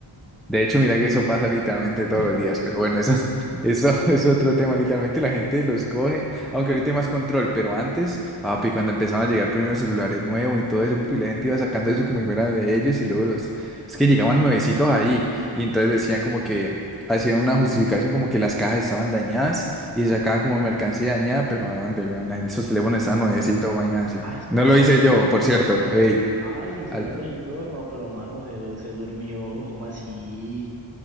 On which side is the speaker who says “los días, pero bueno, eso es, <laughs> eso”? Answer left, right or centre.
Centre